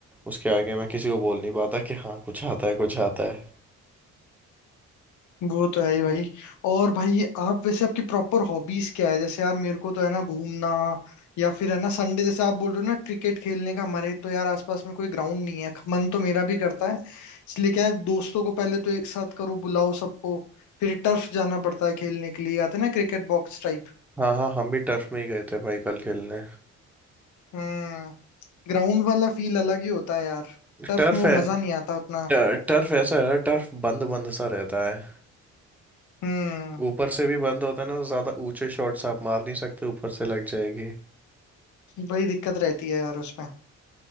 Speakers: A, in the centre; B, on the left (about 75°).
A: उसके आगे मैं किसी को बोल नहीं पाता कि हाँ कुछ आता है कुछ आता है
B: वो तो है ही भाई और भाई आप वैसे आपकी प्रॉपर हॉबीज क्या है जैसे यार मेरे को तो है ना घूमना या फिर है ना संडे जैसे आप बोल रहे हो ना क्रिकेट खेलने का हमारे तो यार आसपास में कोई ग्राउंड नहीं है मन तो मेरा भी करता है इसलिए क्या है दोस्तों को पहले तो एक साथ करो बुलाओ सबको फिर टर्फ जाना पड़ता है खेलने के लिए आते हैं ना क्रिकेट बॉक्स टाइप
A: हाँ हाँ हम भी टर्फ में ही गए थे भाई कल खेलने
B: हम्म ग्राउंड वाला फील अलग ही होता है यार टर्फ
A: टर्फ
B: में वो
A: है
B: मजा नहीं आता उतना
A: ट- टर्फ ऐसा है ना टर्फ बंद बंद सा रहता है
B: हम्म
A: ऊपर से भी बंद होता है ना तो ज्यादा ऊंचे शॉट्स आप मार नहीं सकते ऊपर से लग जाएगी
B: बड़ी दिक्कत रहती है यार उसमें